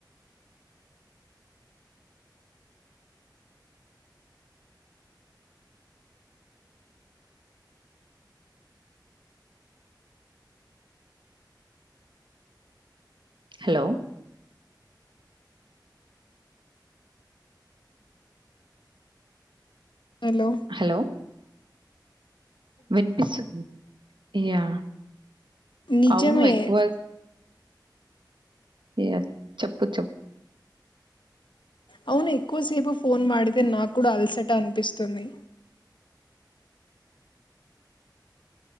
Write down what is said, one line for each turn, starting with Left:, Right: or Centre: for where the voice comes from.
Right: హలో
Left: హలో
Right: హలో! వినిపిస్తుంది యా
Left: నిజమే
Right: అవును ఎకువ య చెప్పు చప్
Left: అవును ఎక్కువసేపు ఫోన్ వాడితే నా కూడా అలసట అనిపిస్తుంది